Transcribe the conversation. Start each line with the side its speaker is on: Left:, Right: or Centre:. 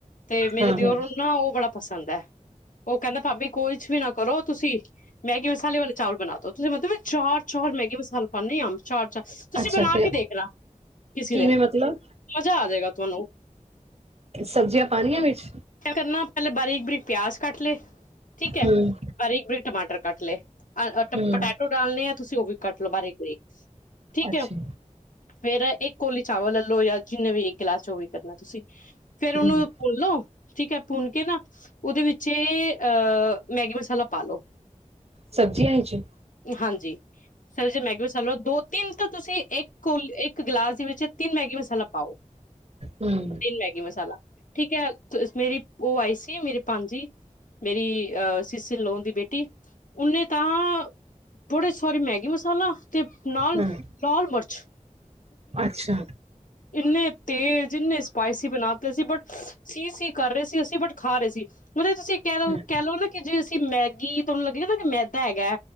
Left: ਤੇ ਮੇਰੇ
Right: ਹਾਂ
Left: ਦਿਓਰ
Right: ਹਾਂ
Left: ਨੂੰ ਨਾ ਉਹ ਬੜਾ ਪਸੰਦ ਹੈ ਉਹ ਕਹਿੰਦਾ ਭਾਬੀ ਕੋਛ ਵੀ ਨਾ ਕਰੋ ਤੁਸੀਂ ਮੈਗੀ ਮਸਾਲੇ ਵਾਲੇ ਚਾਵਲ ਬਣਾ ਦੋ ਤੁਸੀਂ ਮਤਲਬ ਚਾਰ ਚੋਰ ਮੈਗੀ ਮਸਾਲਾ ਪਨੀ ਆ ਅੱਛਾ ਅੱਛਾ ਤੁਸੀਂ
Right: ਅੱਛਾ
Left: ਬਣਾ
Right: ਤੇ
Left: ਕੇ ਦੇਖਣਾ ਕਿਸੇ
Right: ਕਿਵੇਂ
Left: ਦਿਨ
Right: ਮਤਲਬ
Left: ਮਜ਼ਾ ਆ ਜਾਏਗਾ ਤੁਹਾਨੂੰ
Right: ਸਬਜ਼ੀਆਂ ਪਾਣੀਆਂ ਵਿੱਚ
Left: ਕ ਕਰਨਾ ਪਹਿਲੇ ਬਾਰੀਕ ਬਾਰੀਕ ਪਿਆਜ ਕੱਟ ਲਏ ਠੀਕ ਹੈ
Right: ਹਮ
Left: ਬਾਰੀਕ ਬਰੀਕ ਟਮਾਟਰ ਕੱਟ ਲਏ ਅ
Right: ਹਮ
Left: ਪਟੈਟੋ ਡਾਲਣੇੇ ਆ ਤੁਸੀਂ ਉਹ ਵੀ ਕੱਟ ਲਓ ਬਾਰੀਕ ਬਰੀਕ ਠੀਕ
Right: ਅੱਛਾ
Left: ਹੈ ਫੇਰ ਇੱਕ ਕੋਲੀ ਚਾਵਲ ਜਾਂ ਜਿੰਨੇ ਵੀ ਕਲਾਸ ਚੋਂ ਵੀ ਕਰਨਾ ਤੁਸੀਂ ਫੇਰ
Right: ਹਮ
Left: ਉਹਨੂੰ ਭੁੱਲਲੋ ਠੀਕ ਹੈ ਭੁੰਨ ਕੇ ਨਾ ਉਹਦੇ ਵਿੱਚ ਅਹ ਮੈਗੀ ਮਸਾਲਾ ਪਾ ਲੋ
Right: ਸਬਜ਼ੀ ਆਇ ਚ
Left: ਹਾਂਜੀ ਸਰ ਜੇ ਮੈਗੀ ਮਸਾਲੋ ਦੋ ਤਿੰਨ ਤਾਂ ਤੁਸੀਂ ਇੱਕ ਇੱਕ ਗਿਲਾਸ ਵਿੱਚੇ ਤਨ ਮੈਗੀ ਮਸਾਲਾ ਪਾਓ
Right: ਹਮ
Left: ਤੀਨ ਮੈਗੀ ਮਸਲਾ ਠੀਕ ਹੈ ਮੇਰੀ ਉਹ ਆਈ ਸੀ ਮੇਰੀ ਪੰਜ ਜ ਮੇਰੀਹ ਸ਼ਸੀ ਲੋਨ ਦੀ ਬੇਟੀ ਨੇ ਤਾਂ ਥੋੜੀ ਸੋਰੀ ਮੈਗੀ ਮਸਾਲਾ ਅਤੇ ਨਾਲ
Right: ਹਮ
Left: ਲਾਲ ਮਿਰਚ
Right: ਅੱਛਾ
Left: ਇੰਨੇ ਤੇਜ਼ ਇੰਨੇ ਸਪਾਈਸੀ ਬਣਾਤੇ ਸੀ ਬਟ ਸੀ ਕਰ ਰਹੇ ਸੀ ਅਸੀਂ ਬਟ ਖਾ ਰਹੇ ਸੀ ਮਤਲਬ ਤੁਸੀਂ ਕਹਿ ਲਓ
Right: ਹਾਂ
Left: ਕਹਿ ਲਓ ਨਾ ਕਿ ਜੇ ਤੇ ਮੈਗੀ ਤੁਹਾਨੂੰ ਲੱਗੇ ਨਾ ਕਿ ਮੈਦਾ ਹੈਗਾ